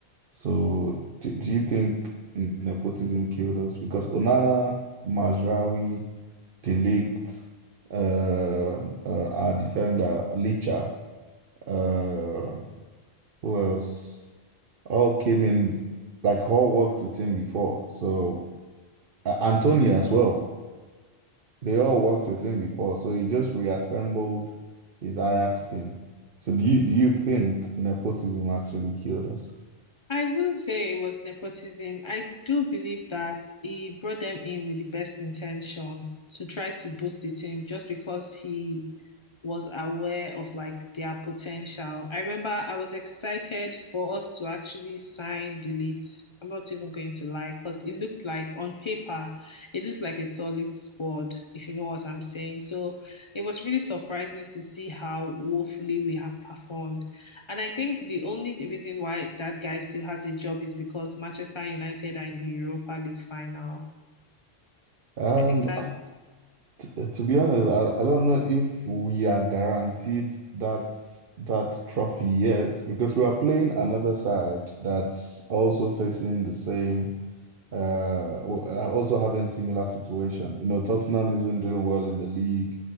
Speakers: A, on the right (about 60°); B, on the left (about 35°).
A: So do, do you think nepotism killed us? Because Onana, Mazraoui, De Ligt, um, uh, our defender, Licha, uh, who else? all came in, like all worked with him before. So uh, Antonio as well. They all worked with him before. So he just reassembled his Ajax team. So do you do you think nepotism actually killed us?
B: I wouldn't say it was nepotism. I do believe that he brought them in with the best intention to try to boost the team just because he was aware of like their potential. I remember I was excited for us to actually sign Delete. I'm not even going to lie, because it looked like on paper, it looks like a solid squad, if you know what I'm saying. So it was really surprising to see how woefully we have performed. And I think the only reason why that guy still has a job is because Manchester United are in the Europa League final.
A: Um,
B: I think that,
A: t- to be honest, I, I don't know if we are guaranteed that that trophy yet because we are playing another side that's also facing the same uh, w- are also having similar situation. You know, Tottenham isn't doing well in the league.